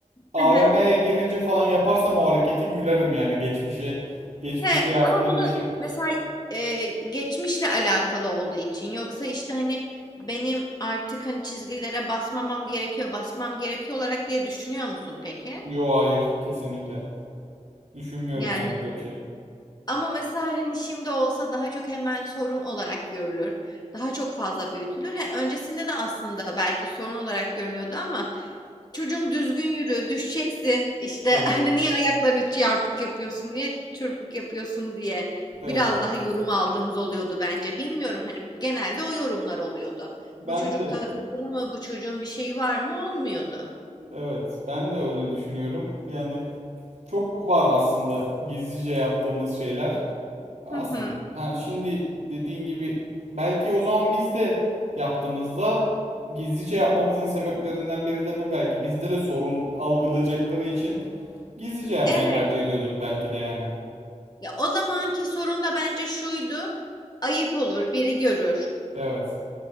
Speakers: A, on the right; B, on the left.
A: AVM'ye
B: <laughs>
A: girince falan yaparsam o hareketi gülerim yani geçmişe. Geçmişte
B: He,
A: yaptığım
B: ama bunu
A: bir şey.
B: mesela e, geçmişle alakalı olduğu için yoksa işte hani benim artık hani çizgilere basmamam gerekiyor, basmam gerekiyor olarak diye düşünüyor musun peki?
A: Yo hayır kesinlikle. Düşünmüyorum
B: Yani
A: yani öyle bir şey.
B: ama mesela hani şimdi olsa daha çok hemen sorun olarak görülür. Daha çok fazla büyütülür. He, öncesinde de aslında belki sorun olarak görünüyordu ama Çocuğum düzgün yürü, düşeceksin. İşte
A: Evet,
B: <laughs> hani niye ayaklarını çarpık yapıyorsun, niye çırpık yapıyorsun diye
A: evet.
B: biraz daha yorum aldığımız oluyordu bence. Bilmiyorum hani genelde o yorumlar oluyordu.
A: Ben
B: Bu çocuk
A: de
B: takıntılı mı, bu çocuğun bir şeyi var mı olmuyordu.
A: evet, ben de öyle düşünüyorum. Yani çok var aslında gizlice yaptığımız şeyler. Aslında
B: Hı hı.
A: ha, şimdi dediğin gibi belki o zaman biz de yaptığımızda gizlice yapmamızın sebeplerinden biri de bu belki. Bizde de sorun algılayacakları için gizlice yapmayı
B: Evet.
A: tercih ediyorduk belki de yani.
B: Ya, o zamanki sorun da bence şuydu. Ayıp olur, biri görür.
A: Evet.